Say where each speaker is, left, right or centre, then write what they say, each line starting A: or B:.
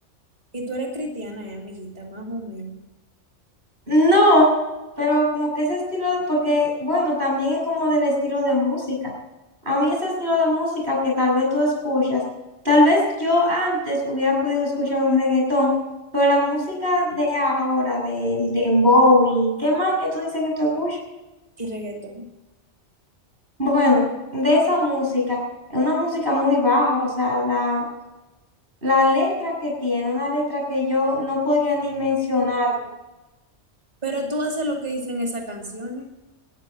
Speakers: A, on the right; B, on the right.
A: Y tú eres cristiana, eh, amiguita, más o menos.
B: No, pero como que ese estilo de, porque bueno, también es como del estilo de música. A mí ese estilo de música que tal vez tú escuchas, tal vez yo antes hubiera podido escuchar un reggaetón, pero la música de ahora, del dembow y qué más que tú dices que tú escuchas.
A: Y reggaetón.
B: Bueno, de esa música, es una música muy baja, o sea, la, la letra que tiene, una letra que yo no podría ni mencionarla.
A: Pero tú haces lo que dicen esas canciones.